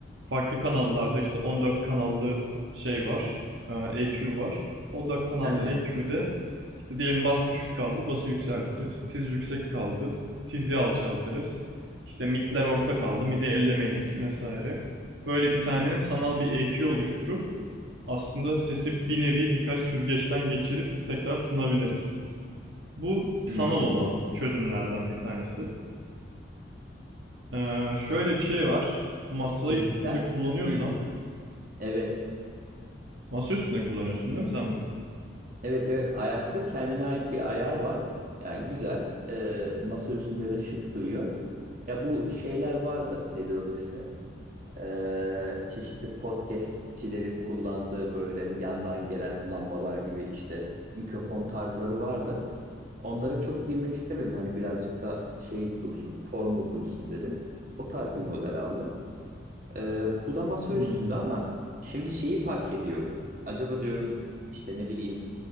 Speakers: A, on the right; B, on the right.
A: farklı kanallarda işte 14 kanallı şey var, e, EQ var. 14 kanallı
B: Hı hı.
A: EQ'de işte diyelim bas düşük kaldı, bası yükseltiriz. Tiz yüksek kaldı, tizi alçaltırız. İşte midler orta kaldı, midi ellemeyiz vesaire. Böyle bir tane
B: Hı hı.
A: sanal bir EQ oluşturup aslında sesi bir nevi birkaç süzgeçten geçirip tekrar sunabiliriz. Bu sanal
B: Hmm.
A: olan çözümlerden bir tanesi. Ee, şöyle bir şey var. Masayı
B: Fiziksel.
A: üstünde kullanıyorsan
B: Hı. Evet.
A: masa üstünde kullanıyorsun değil mi sen bunu?
B: Evet evet ayaklı kendine ait bir ayağı var. Yani güzel. Ee, masa üstünde de şık duruyor. Ya bu şeyler vardı. Nedir onun ismi? Ee, çeşitli podcastçilerin kullandığı böyle yandan gelen lambalar gibi işte mikrofon tarzları vardı. Onlara çok girmek istemedim. Hani birazcık da şey dursun, formal dursun dedim. O tarz bir model aldım. Ee, bu da masa
A: Hmm.
B: üstünde ama şimdi şeyi fark ediyorum. Acaba diyorum işte ne bileyim